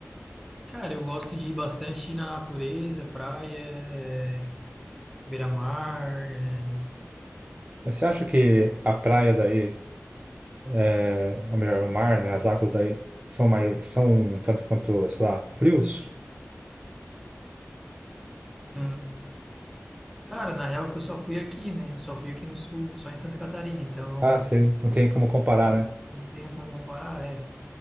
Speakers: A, in the centre; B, on the right.
A: Cara, eu gosto de ir bastante na natureza, praia, é, beira-mar, é,
B: Mas você acha que a praia daí é, ou melhor, o mar, né, as águas daí são mais, são um tanto quanto, sei lá, frios?
A: hum. Cara, na real que eu só fui aqui, né? Eu só fui aqui no sul, só em Santa Catarina, então
B: Ah, sei, não tem como comparar, né?
A: não tenho como comparar, é.